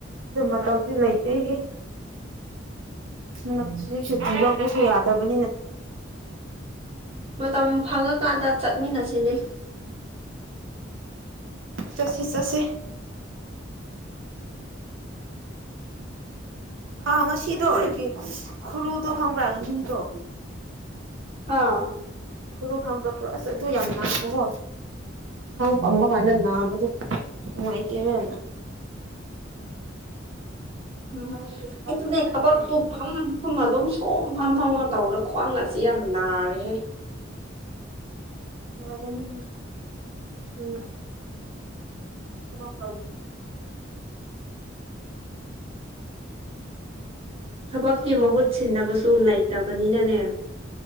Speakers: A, on the right; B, on the right.
A: ꯑꯗꯨ ꯃꯇꯝꯁꯨ ꯂꯩꯇꯦ ꯑꯩꯒꯤ ꯃꯁꯤ ꯁꯨꯇꯤ ꯂꯧꯕꯁꯨ ꯌꯥꯗꯕꯅꯤꯅ
B: ꯃꯇꯝ ꯐꯪꯉꯀꯥꯟꯗ ꯆꯠꯃꯤꯟꯅꯁꯤꯅꯤ
A: ꯆꯠꯁꯤꯦ ꯆꯠꯁꯤꯦ ꯑꯥ ꯉꯁꯤꯗꯣ ꯑꯩꯒꯤ ꯈꯨꯔꯨꯗꯣ ꯈꯪꯕ꯭ꯔꯥꯒ ꯨꯝꯗꯣ
B: ꯑꯥ
A: ꯈꯨꯔꯨ ꯈꯥꯡꯗ ꯑꯁ ꯑꯗꯨ ꯌꯥꯝ ꯃꯥꯡꯉꯕꯣ ꯀꯃꯒꯥꯟꯅꯒꯗꯨꯥꯏꯇꯕꯅ
B: ꯎꯝ
A: ꯆꯠꯄ
B: ꯑꯩꯁꯨꯅꯦ
A: ꯀꯥꯟꯗꯗꯤ
B: ꯊꯕꯛꯇꯨ ꯐꯝ ꯐꯝ ꯑꯗꯨꯝ ꯁꯣꯝ ꯐꯝ ꯐꯝꯒ ꯇꯧꯔ ꯈ꯭ꯋꯥꯡ ꯉꯁꯤ ꯌꯥꯝ ꯅꯥꯔꯦꯍꯦ
A: ꯌꯥꯅꯤꯦ ꯎ ꯊ ꯀ
B: <inaudible> ꯊꯕꯛꯀꯤ ꯃꯍꯨꯠ ꯁꯤꯟꯅꯕꯁꯨ ꯂꯩꯇꯕꯅꯤꯅꯅꯦ